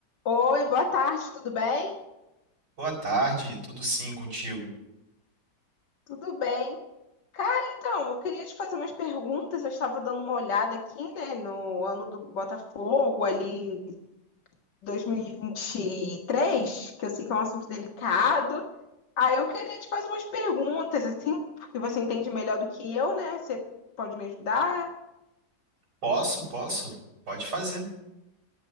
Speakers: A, on the left (about 80°); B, on the right (about 85°).
A: Oi, boa tarde, tudo bem?
B: Boa tarde, tudo sim contigo?
A: Tudo bem. Cara, então, eu queria te fazer umas perguntas. Eu estava dando uma olhada aqui, né, no ano do Botafogo, ali em dois mil e vinte e três, que eu sei que é um assunto delicado. Aí eu queria te fazer umas perguntas, assim, porque você entende melhor do que eu, né? Você pode me ajudar?
B: Posso, posso, pode fazer.